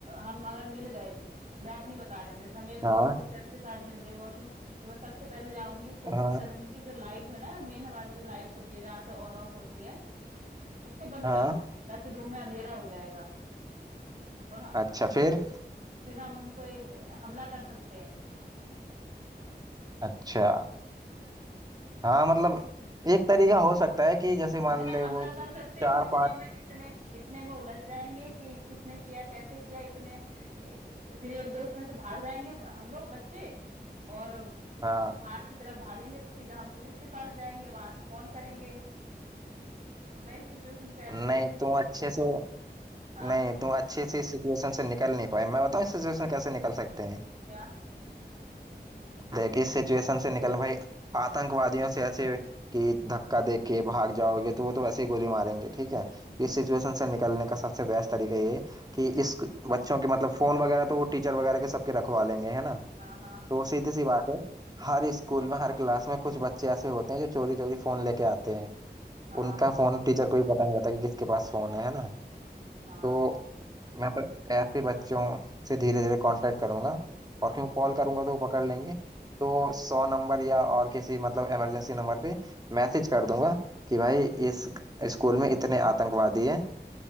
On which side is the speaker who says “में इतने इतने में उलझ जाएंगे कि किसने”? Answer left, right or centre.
Right